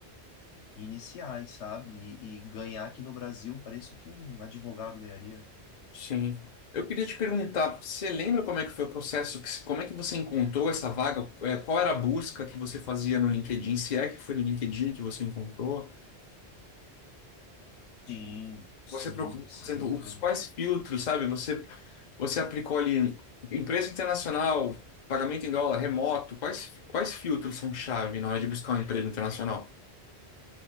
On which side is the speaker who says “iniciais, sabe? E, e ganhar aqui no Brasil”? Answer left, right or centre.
Left